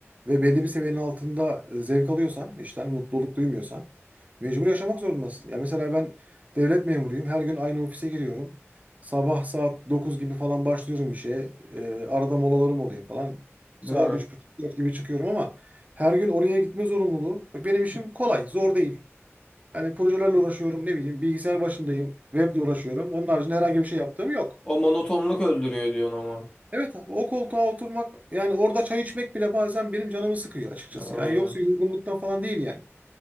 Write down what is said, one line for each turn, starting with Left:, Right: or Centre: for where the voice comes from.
Right: ve belli bir seviyenin altında e, zevk alıyorsan, işten mutluluk duymuyorsan mecbur yaşamak zorundasın. Ya mesela ben devlet memuruyum. Her gün aynı ofise giriyorum. Sabah saat 9 gibi falan başlıyorum işe. Ee, arada molalarım oluyor falan. Saat
Left: Değil mi?
Right: üç buçuk dört gibi çıkıyorum ama her gün oraya gitme zorunluluğu. Bak benim işim kolay, zor değil. Hani projelerle uğraşıyorum, ne bileyim bilgisayar başındayım, weble uğraşıyorum. Onun haricinde herhangi bir şey yaptığım yok.
Left: O monotonluk öldürüyor diyorsun ama.
Right: Evet abi o koltuğa oturmak yani orada çay içmek bile bazen benim canımı sıkıyor açıkçası.
Left: Aynen.
Right: Yani yoksa yorgunluktan falan değil yani.